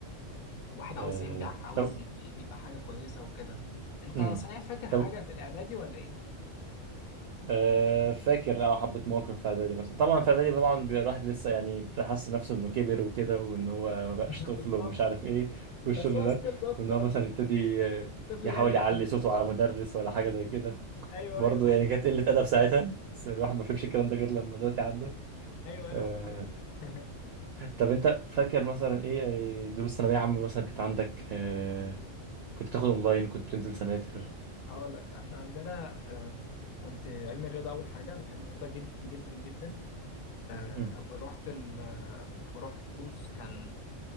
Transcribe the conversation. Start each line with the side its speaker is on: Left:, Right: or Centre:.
Left: وواحد عاوز
Right: آه،
Left: ينجح عاوز
Right: طب
Left: ي- يبقى حاجه كويسه وكده انت
Right: مم.
Left: صحيح فاكر حاجه
Right: طب
Left: في الاعدادي ولا ايه
Right: آه، فاكر اه حبة مواقف في إعدادي مثلا طبعا في إعدادي طبعا بيبقى الواحد لسه يعني بتحس نفسه إنه كبر وكده وإن هو ما بقاش
Left: <laughs>
Right: طفل
Left: بالظبط
Right: ومش عارف إيه والشغل
Left: بس هو
Right: ده
Left: ستيل طفل
Right: وإن هو
Left: قوي
Right: مثلا يبتدي
Left: طفل
Right: آه،
Left: طفل
Right: يحاول
Left: جامد
Right: يعلي
Left: كمان
Right: صوته على مدرس ولا حاجة زي كده
Left: ايوه
Right: برضه
Left: ايوه
Right: يعني كانت قلة أدب ساعتها بس الواحد ما فهمش الكلام ده غير لما دلوقتي عدى
Left: <laughs> ايوه ايوه
Right: آه...
Left: فعلا <laughs>
Right: طب أنت فاكر مثلا إيه أي دروس ثانوية عامة مثلا كانت عندك آه... كنت تاخد أونلاين كنت تنزل سناتر
Left: هقول لك احنا عندنا آه، كنت علم الرياضه اول حاجه انا بحب الرياضه جدا جدا جدا آه،
Right: مم.
Left: ورحت ال... آه، كنت بروح دروس كان